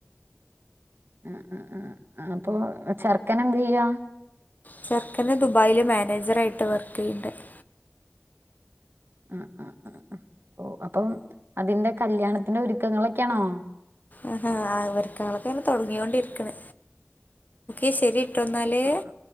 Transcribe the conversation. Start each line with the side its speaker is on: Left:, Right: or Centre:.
Right: ആ ആ ആ അപ്പൊ ചർക്കന എന്ത് ചെയ്യ
Left: ചര്ക്കന് ദുബായില മാനേജറ ആയിട്ട് വര്ക്ക് ചെയ്യുന്നുണ്ട്
Right: ആ ആ ആ ഓ അപ്പം അതിന്റെ കല്യാണത്തിന്റെ ഒരുക്കങ്ങളൊക്കെയാണോ
Left: ആ ആ വരക്കങ്ങളൊക്കെ ഇങ്ങനെ തുടങ്ങോണ്ടിരിക്കണ് എ ശരി ഇട്ടന്നല്േ
Right: ആ